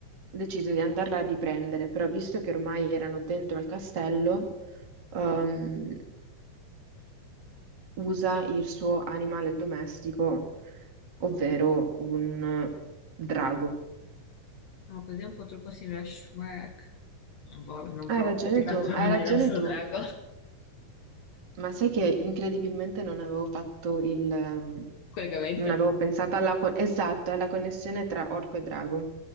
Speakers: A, on the right (about 35°); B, on the left (about 65°).
A: decise di andarla a riprendere, però visto che ormai erano dentro al castello, ehm, usa il suo animale domestico, ovvero
B: Ok.
A: un drago.
B: No, così è un po' troppo simile a Shrek. Boh, non proprio,
A: Hai ragione
B: perché tanto
A: tu, hai
B: non
A: ragione
B: era il suo
A: tu,
B: drago.
A: ma sai che incredibilmente non avevo fatto il... ehm,
B: collegamento.
A: non avevo pensato alla, co- esatto, alla connessione tra orco e drago,